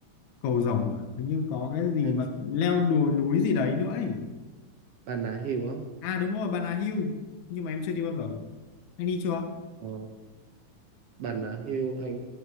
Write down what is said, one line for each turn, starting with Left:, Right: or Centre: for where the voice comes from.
Left: cầu rồng mà hình như có cái gì
Right: hay
Left: mà leo đồi núi gì đấy nữa ấy
Right: Bà Nà Hills á
Left: à đúng rồi Bà Nà Hill nhưng mà em chưa đi bao giờ anh đi chưa
Right: ờ, Bà Nà Hills anh